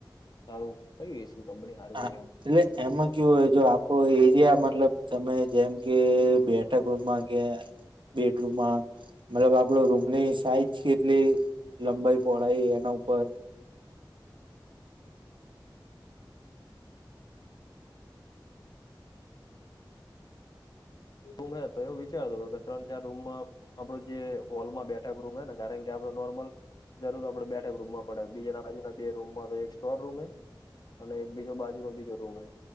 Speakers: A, on the left; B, on the right.
A: સારું કઇ એસી કંપની સારું
B: આમ
A: ગ
B: એટલે એમાં કેવું હોય જો આપો એરિયા મતલબ તમે જેમ કે બેઠા ગુમાં કે બેડરૂમમાં મતલબ આપડો રૂમની સાઈજ છે કેટલી-' લંબાઈ પહોળાાઈ એના ઉપર
A: રૂમ હે તો એવું વિચારતો હતો કે ત્રણ ચાર રૂમમાં આપડો જે હોલમાં બેઠક રૂમ હ ને કારણ આપ નોર્મલ જરૂર આપડે બેઠક રૂમમાં પડે બીજા રાજુના બે રૂમ માં શો રૂમ હે અને એક બીજો બાજુનો બીજો રૂમ એ